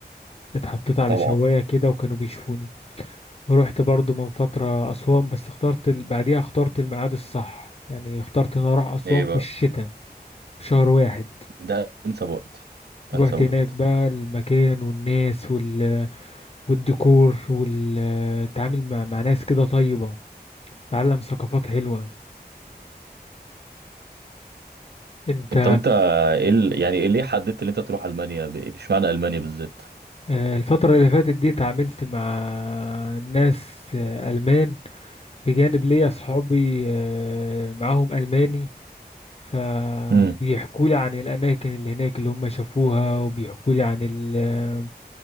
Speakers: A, on the left; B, on the right.
A: اتحطيت على
B: طبعا
A: شواية كده وكانوا بيشوفوني رحت برضو من فترة أسوان بس اخترت ال... بعديها اخترت الميعاد الصح يعني اخترت إن أنا أروح أسوان
B: ايه
A: في
B: بقى
A: الشتاء في شهر واحد
B: ده انسب وقت
A: رحت
B: انسب وقت
A: هناك بقى المكان والناس وال... والديكور والتعامل مع... مع ناس كده طيبة تعلم ثقافات حلوة انت
B: انت وانت ايه ال... يعني إيه ليه حددت ان انت تروح المانيا ب- اشمعنى المانيا بالذات
A: آه، الفترة اللي فاتت دي تعاملت مع ناس آه، ألمان بجانب ليا أصحابي آه، معاهم ألماني فبيحكوا
B: امم
A: لي عن الأماكن اللي هناك اللي هم شافوها وبيحكوا لي عن ال آه،